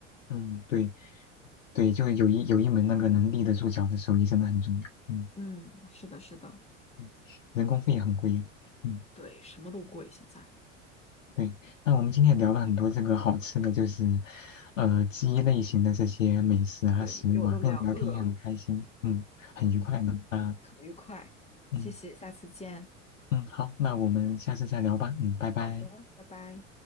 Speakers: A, on the left (about 75°); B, on the left (about 15°).
A: 嗯，对对，就有一有一门那个能立得住脚的手艺真的很重要。嗯，
B: 嗯，是的，是的，
A: 嗯人工费也很贵呀。嗯。
B: 对，什么都贵现在。
A: 对，那我们今天也聊了很多这个好吃的，就是，呃，鸡类型的这些美食啊、
B: 对，
A: 食物啊，
B: 给我都聊饿了。
A: 跟你聊天也很开心，嗯，很愉快呢，
B: 嗯，
A: 啊，
B: 很愉快，
A: 嗯
B: 谢谢，下次见。
A: 嗯，好，那我们下次再聊吧，嗯，拜拜。
B: 好的，拜拜。